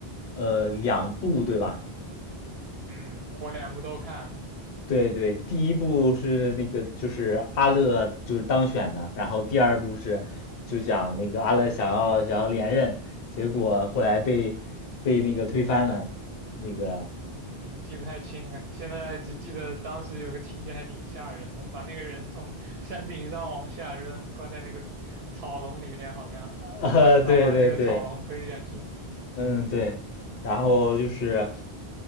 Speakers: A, on the left (about 65°); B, on the right (about 70°).
A: 呃两部，对吧？
B: 嗯，我两部都看了，
A: 对对，第一部是那个就是阿乐就是当选的，然后第二部是就讲那个阿乐想要想要连任，结果后来被被那个推翻了，那个
B: 嗯，记不太清了，现在只记得当时有个情节还挺吓人的，把那个人从山顶上往下扔，关在那个草笼里面好像，
A: <laughs> 呃，
B: 然后把那个草笼推下去。
A: 对对对，嗯对，然后就是。